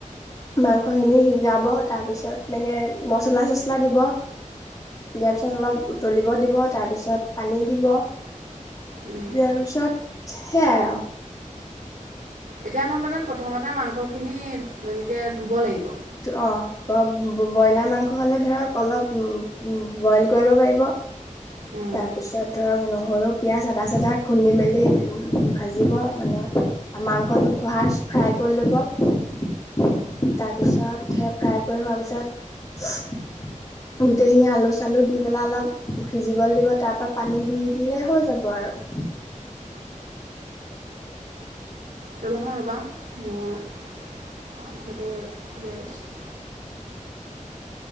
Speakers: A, on the left; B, on the right.
A: মাংসখিনি সিজাব তাৰপিছত এনেকে মচলা চচলা দিব দিয়াৰ পিছত অলপ উতলিব দিব তাৰপিছত পানী দিব দিয়াৰ
B: উম
A: পিছত সেয়াই আৰু
B: এতিয়া মই মানে প্ৰথমতে মাংসখিনি এনেকে ধুব লাগিব
A: অ ব্ৰইলাৰ মাংস হলে ধৰক অলপ ব্ৰইল কৰিব পাৰিব
B: উম,
A: তাৰপিছত ধৰক ন সৰু পিঁয়াজ আদা চাদা খুন্দি মেলি ভাজিব মানে মাংসটো ফাৰ্ষ্ট ফ্ৰাই কৰি ল'ব তাৰপিছত সে ফ্ৰাই কৰি হোৱাৰ পিছত গোটেইখিনি আলু চালু দি পেলাই অলপ সিজিবলৈ দিব তাৰ পৰা পানী দি দিলে হৈ যাব আৰু
B: ৰবা চোন ৰবা মই ঘৰটো উলিয়াই লৈছোঁ